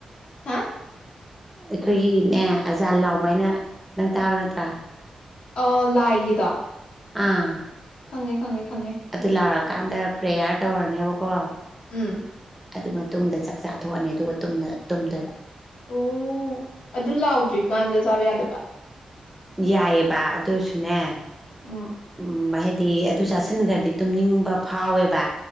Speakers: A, on the left (about 65°); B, in the centre.
A: ꯍꯥ
B: ꯑꯩꯈꯣꯏꯒꯤꯅꯦ ꯑꯖꯥꯔ ꯂꯥꯎꯕ ꯍꯥꯏꯅ ꯅꯪ ꯇꯥꯕꯥ ꯅꯠꯇ꯭ꯔꯥ
A: ꯑꯧ ꯂꯥꯏꯒꯤꯗꯣ
B: ꯑꯥ
A: ꯈꯪꯉꯦ ꯈꯪꯉꯦ ꯈꯪꯉꯦ
B: ꯑꯗꯨ ꯂꯥꯎꯔꯀꯥꯟꯗ ꯄ꯭ꯔꯦꯌꯥꯔ ꯇꯧꯔꯅꯦꯕꯀꯣ
A: ꯎꯝ
B: ꯑꯗꯨ ꯃꯇꯨꯡꯗ ꯆꯥꯛ ꯆꯥꯊꯣꯛꯑꯅꯤ ꯑꯗꯨꯒ ꯇꯨꯝꯗꯣꯏꯕ
A: ꯑꯣ ꯑꯗꯨ ꯂꯥꯎꯗ꯭ꯔꯤꯀꯥꯟꯗ ꯆꯥꯕ ꯌꯥꯗꯕ
B: ꯌꯥꯏꯑꯦꯕ ꯑꯗꯨꯁꯨꯅꯦ
A: ꯎꯝ
B: ꯎꯝ ꯍꯥꯏꯗꯤ ꯑꯗꯨ ꯆꯥꯁꯤꯟꯈ꯭ꯔꯗꯤ ꯇꯨꯝꯅꯤꯡꯕ ꯐꯥꯎꯋꯦꯕ